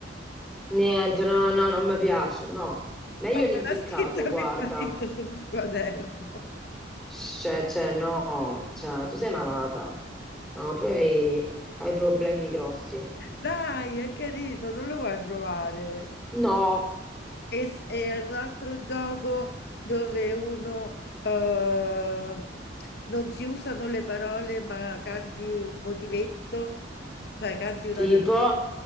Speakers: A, in the centre; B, on the left (about 55°).
A: Niente, no, no, non mi piace, no. Meglio
B: No,
A: l'impiccato,
B: me l'ha scritta
A: guarda.
B: mio marito sul quaderno.
A: Cioè, cioè, no, cioè, ma tu sei malata. No, tu hai, hai problemi grossi.
B: Dai, è carino, non lo vuoi provare?
A: No,
B: E, s- e un altro gioco dove uno eh, non si usano le parole, ma canti un motivetto, cioè canti una
A: tipo...
B: canzone,